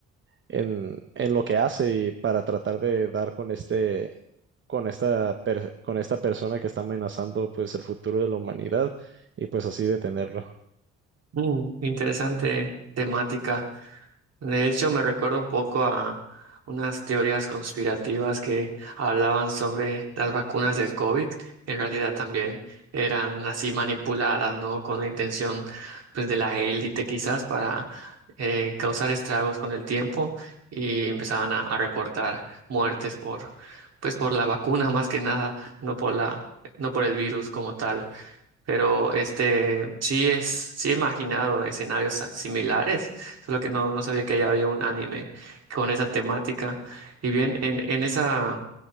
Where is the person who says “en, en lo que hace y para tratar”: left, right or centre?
Right